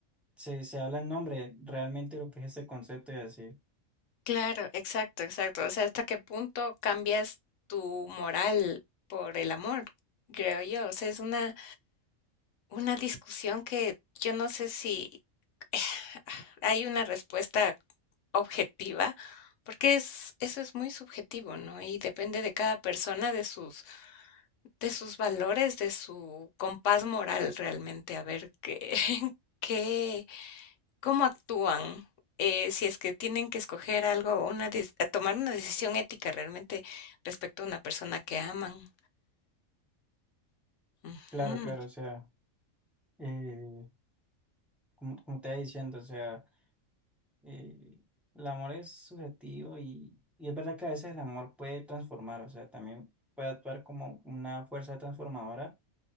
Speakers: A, in the centre; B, on the left.
A: se, se habla en nombre realmente de lo que es este concepto y así.
B: Claro, exacto, exacto. O sea, ¿hasta qué punto cambias tu moral por el amor? Creo yo. O sea, es una, una discusión que yo no sé si <sighs> hay una respuesta objetiva, porque es, eso es muy subjetivo, ¿no? Y depende de cada persona, de sus, de sus valores, de su compás moral realmente, a ver qué, <laughs> qué, cómo actúan, eh, si es que tienen que escoger algo, una des- a tomar una decisión ética realmente respecto a una persona que aman. Ujú,
A: Claro, claro, o sea. eh, como, como te iba diciendo, o sea, eh, el amor es subjetivo y, y es verdad que a veces el amor puede transformar, o sea, también puede actuar como una fuerza transformadora,